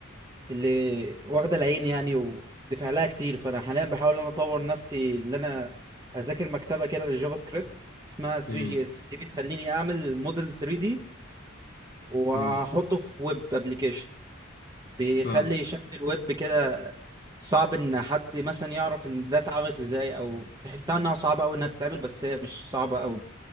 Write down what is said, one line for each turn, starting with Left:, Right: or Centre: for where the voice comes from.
Right: اللي واخده العين يعني ودفع لها كتير فانا حاليا بحاول ان انا اطور نفسي ان انا اذاكر مكتبه كده للجافا سكريبت اسمها 3
Left: امم
Right: جي اس دي بتخليني اعمل موديل 3 دي واحطه
Left: امم
Right: في ويب ابلكيشن بيخلي
Left: فاهمك
Right: شكل الويب كده صعب ان حد مثلا يعرف ان ده اتعملت ازاي او تحسها انها صعبه قوي انها تتعمل بس هي مش صعبه قوي